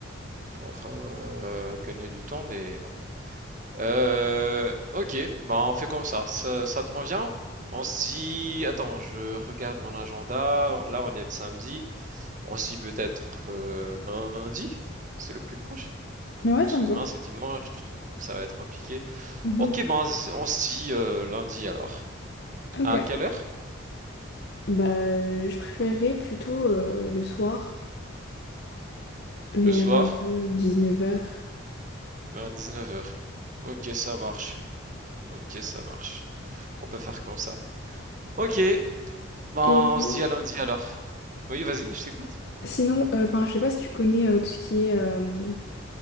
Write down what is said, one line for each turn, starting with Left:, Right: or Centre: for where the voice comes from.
Right: pour euh, gagner du temps, mais bon. Euh, ok, bah on fait comme ça. Ça, ça te convient? On se dit, attends, je regarde mon agenda. Là, on est le samedi. On se dit peut-être euh, lundi. C'est le plus proche.
Left: Ouais,
Right: Parce
Left: ça
Right: que
Left: me
Right: demain,
Left: va.
Right: c'est dimanche, donc ça va être compliqué.
Left: Mhm.
Right: Ok, bah on se on se dit euh, lundi alors.
Left: Ok.
Right: À quelle heure?
Left: Bah, euh, je préférerais plutôt euh, le soir, vers
Right: Le soir,
Left: euh, dix-neuf heures
Right: vers 19h. Ok, ça marche. Ok, ça marche. On peut faire comme ça. Ok, ben
Left: Et
Right: on se dit à lundi alors. Oui, vas-y, je t'écoute.
Left: sinon, euh, enfin, je sais pas si tu connais euh, tout ce qui est euh,